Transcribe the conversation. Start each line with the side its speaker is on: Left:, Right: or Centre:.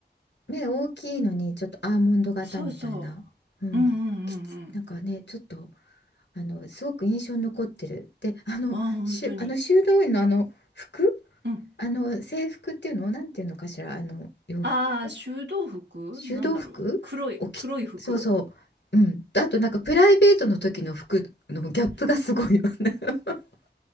Left: 目大きいのに、ちょっとアーモンド型みたいな。
Right: そうそ
Left: うん。
Right: う。うんうんうんうん。
Left: きつ、なんかね、ちょっと。あのすごく印象に残ってる。で、あの、
Right: あ、本当に。
Left: しゅ、あの修道院のあの服、
Right: うん。
Left: あの制服っていうのをなんていうのかしら、あの洋服、
Right: ああ、修道服なんだろう。
Left: 修道服を着、
Right: 黒い、黒い服
Left: そうそう、うん。あとなんかプライベートの時の服のギャップがすごいよね。<laughs>